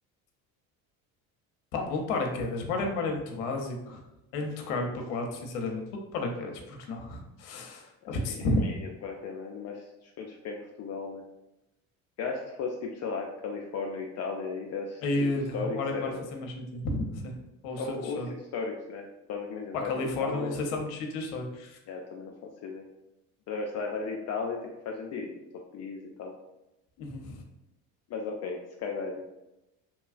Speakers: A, on the left (about 75°); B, on the left (about 40°).
A: Pá, vou de paraquedas. Bar em bar é muito básico. É muito caro
B: Hum,
A: para quatro, sinceramente. Vou de paraquedas, porque não? <laughs>
B: acho
A: Acho
B: que
A: que
B: aqui
A: sim.
B: também iria de paraquedas, mas escolhes ficar em Portugal, né? Eu acho que se fosse tipo, sei lá, Califórnia, Itália, ir a sítios
A: Aí
B: históricos
A: eh, o bar em
B: era.
A: bar fazia
B: Ou,
A: mais sentido. Sim. Ou o
B: ou
A: centro histórico.
B: sítios históricos, né? Por causa que imagina,
A: Para
B: vais
A: a Califórnia,
B: à Itália,
A: não sei se há muitos sítios históricos.
B: yeah, também não faço ideia. Mas agora, sei lá, vais à Itália, tipo, faz sentido, tipo, Top Pisa e tal.
A: Uhum.
B: Mas ok, skydiving.